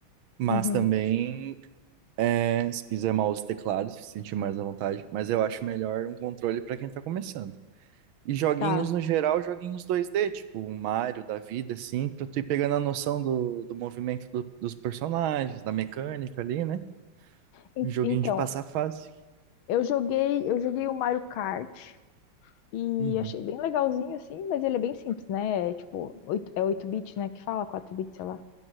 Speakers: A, on the right; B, on the left.
A: mas
B: uhum,
A: também É, se quiser mouse e teclado, se sentir mais à vontade, mas eu acho melhor um controle para quem tá começando. E joguinhos
B: tá.
A: no geral, joguinhos dois d tipo um Mario da vida, assim, pra tu ir pegando a noção do, do movimento do- dos personagens, da mecânica ali, né?
B: En-
A: Joguinho
B: Então,
A: de passar fase.
B: eu joguei, eu joguei o Mario Kart, E
A: Uhum,
B: achei bem legalzinho, assim, mas ele é bem simples, né? É tipo, oito- é oito bits, né? Que fala, quatro bits, sei lá.